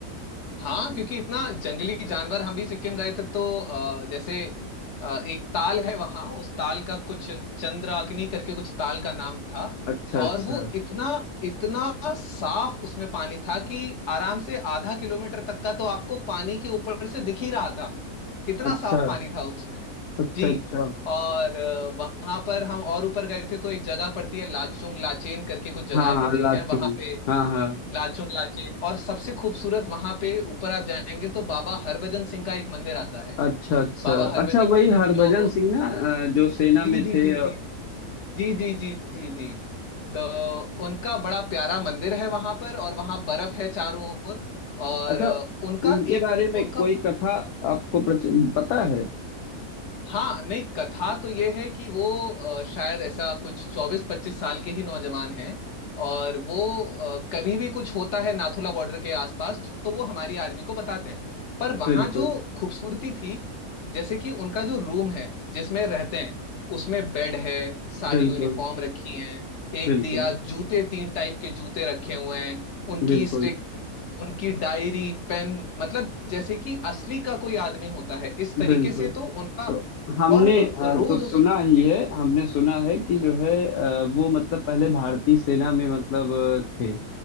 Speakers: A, on the left; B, on the left.
A: हाँ क्योंकि इतना जंगली जानवर हम भी सिक्किम गए थे तो अ, जैसे अ, एक ताल है वहां उस ताल का कुछ चंद्राग्नि करके कुछ ताल का नाम था
B: अच्छा
A: और
B: अच्छा
A: वो इतना इतना साफ उसमें पानी था कि आराम से आधा किलोमीटर तक का तो आपको पानी के ऊपर से दिख ही रहा था इतना
B: अच्छा
A: साफ पानी था उसमें
B: अच्छा
A: जी
B: अच्छा
A: और वहां पर हम और ऊपर गए थे तो एक जगह पड़ती है लाचुंग लाचेन करके कुछ जगहें
B: हाँ हाँ
A: पड़ती
B: लाचुंग
A: हैं वहां पे
B: हाँ हाँ
A: लाचुंग लाचेन और सबसे खूबसूरत वहां पे ऊपर आप जाएंगे तो बाबा हरभजन सिंह का एक मंदिर आता है
B: अच्छा अच्छा
A: बाबा हरभजन
B: अच्छा वही
A: सिंह
B: हरभजन
A: जो
B: सिंह ना अ, जो सेना
A: जी
B: में
A: जी
B: थे
A: जी जी
B: अ,
A: जी जी जी जी जी तो उनका बड़ा प्यारा मंदिर है वहां पर और वहां बर्फ है चारों ओर और
B: अच्छा
A: उनका
B: उनके
A: एक
B: बारे में
A: उनका
B: कोई कथा आपको प्रच- पता
A: जी
B: है
A: जी हाँ नहीं कथा तो ये है कि वो अ, शायद ऐसा कुछ चौबीस पच्चीस साल के ही नौजवान हैं और वो अ, कभी भी कुछ होता है नाथुला बॉर्डर के आसपास तो वो हमारी आर्मी को बताते हैं पर वहाँ
B: बिल्कुल
A: जो खूबसूरती थी जैसे कि उनका जो रूम है जिसमें रहते हैं उसमें बेड है सारी
B: बिल्कुल
A: यूनिफॉर्म रखी है एक
B: बिल्कुल
A: दिया जूते तीन टाइप के जूते रखे हुए हैं उनकी
B: बिल्कुल
A: स्टिक उनकी डायरी पेन मतलब जैसे कि असली का कोई आदमी होता है इस तरीके
B: बिल्कुल
A: से तो उनका
B: तो हमने
A: और रो-
B: अ,
A: रोज
B: तो
A: उस
B: सुना ही
A: जी
B: है हमने सुना है कि जो है अ, वो मतलब पहले भारतीय
A: जी।
B: सेना में मतलब अ, थे